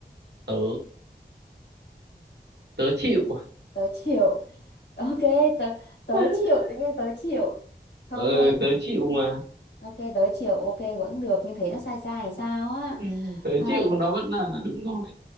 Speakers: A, on the right; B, on the left.
A: tớ tớ chịu
B: tớ chịu ok tớ tớ
A: <laughs>
B: chịu tự nhiên tớ chịu ok
A: ừ tớ chịu mà
B: ok tớ chịu ok vẫn được nhưng thấy nó sai sai hay sao á
A: ừ, tớ
B: à,
A: chịu mà nó vẫn là đúng rồi